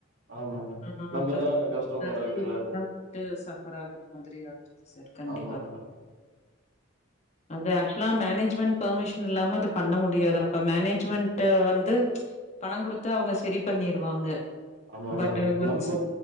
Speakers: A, on the right; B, on the left.
A: ஆமா மேடம்.
B: ஆனா
A: நம்ப
B: அத பாத்
A: தான்
B: எல்லாத்தையும்
A: கஷ்டப்பட வேண்டியதா இருக்கு.
B: பாத்துட்டு சபர் ஆகுற மாதிரி ஆயிடுச்சு சார் கண்டிப்பா
A: ஆமா மேடம்.
B: அது இப்பல்லாம் மேனேஜ்மெண்ட் பெர்மிஷன் இல்லாம அது பண்ண முடியாது அப்ப மேனேஜ்மெண்ட் வந்து பணம் கொடுத்து அவுங்க சரி பண்ணிருவாங்க
A: ஆமா மேடம்
B: பட் ஒன்ஸ்
A: நம்ம